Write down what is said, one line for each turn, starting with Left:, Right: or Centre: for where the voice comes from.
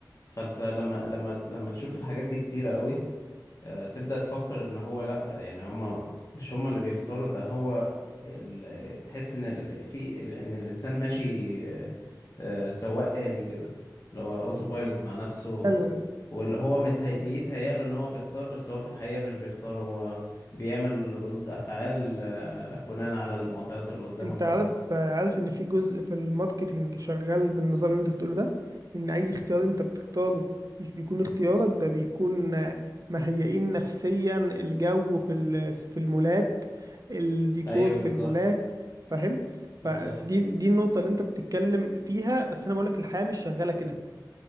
Left: فانت لما لما لما تشوف الحاجات دي كتيرة قوي آه، تبدأ تفكر ان هو لا يعني هما مش هما اللي بيختاروا ده هو ال... تحس ان ال... في ال- ان الانسان ماشي آه، آه، سواق آلي كده اللي هو اوتو بايلوت مع نفسه
Right: فاهم
Left: واللي هو متهي... بيتهيأ له ان هو بيختار بس هو في الحقيقة مش بيختار هو بيعمل ردود افعال آه، بناء على المعطيات اللي قدامه
Right: انت
Left: خلاص
Right: عارف عارف ان في جزء في الماركتينج شغال بالنظام اللي انت بتقوله ده ان اي اختيار انت بتختاره مش بيكون اختيارك ده بيكون آه، مهيئين نفسيا الجو في ال- في المولات الديكور
Left: ايوه
Right: في
Left: بالظبط
Right: المولات فاهم
Left: بالظبط
Right: فدي دي النقطة اللي انت بتتكلم فيها بس انا بقولك الحياة مش شغالة كده